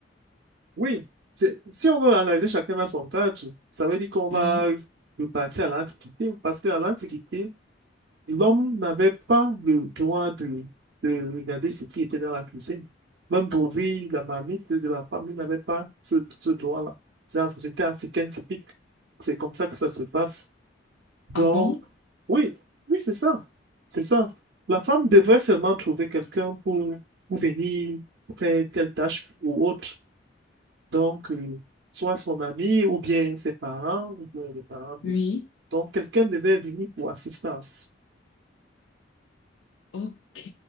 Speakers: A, on the right; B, on the left.
A: oui, c'est, si on veut analyser chacun à son cadre, ça veut dire qu'on va
B: Oui.
A: repartir à l'Antiquité, parce qu'à l'Antiquité, L'homme n'avait pas le droit de, de regarder ce qui était dans la cuisine. Même d'ouvrir la marmite de la femme, il n'avait pas ce, ce droit-là. C'est la société africaine typique. C'est comme ça que ça se passe. Donc,
B: Ah bon?
A: oui, oui, c'est ça. C'est ça. La femme devrait seulement trouver quelqu'un pour, pour venir faire telle tâche ou autre. Donc, euh, soit son ami, ou bien ses parents, ou bien les parents de...
B: Oui.
A: Donc, quelqu'un devait venir pour assistance.
B: Ok.